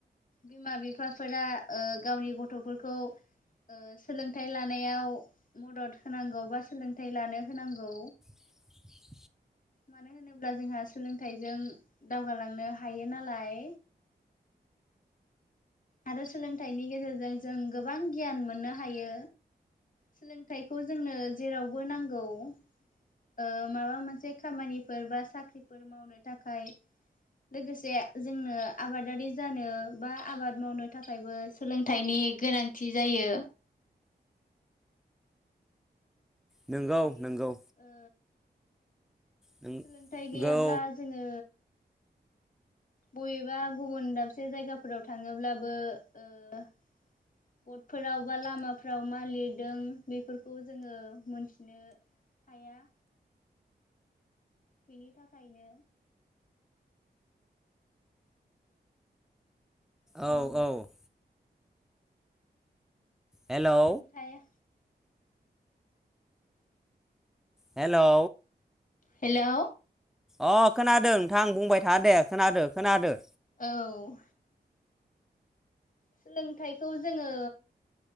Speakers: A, on the left; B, in the centre.
A: बिमा बिफाफोरा ओ गावनि गथ'फोरखौ ओ सोलोंथाइ लानायाव मदद होनांगौ बा सोलोंथाइ लानो होनांगौ
B: <inaudible>
A: मानो होनोब्ला जोंहा सोलोंथाइजों दावगालांनो हायो नालाय आरो सोलोंथाइनि गेजेरजों जों गोबां गियान मोननो हायो। सोलोंथाइखौ जोंनो जेरावबो नांगौ। ओ माबा मोनसे खामानिफोर बा साख्रिफोर मावनो थाखाय लोगोसे जोंनो आबादारि जानो बा आबाद मावनो थाखायबो सोलोंथाइनि गोनांथि जायो।
B: नोंगौ
A: जेरै
B: नोंगौ
A: ओ
B: नोंगौ
A: सोलोंथाइ गैयाब्ला जोङो बबेबा गुबुन दाबसे जायगाफोराव थाङोब्लाबो ओ बटफोराव बा लामाफ्राव मा लिरदों बेफोरखौ जोङो मोनथिनो हाया। बिनि थाखायनो
B: औ
A: उम
B: औ। हेलौ
A: सोलोंथाइया।
B: हेलौ
A: हेलौ
B: अ खोनादों नोंथां बुंबाय था दे खोनादो खोनादो।
A: औ। सोलोंथाइखौ जोङो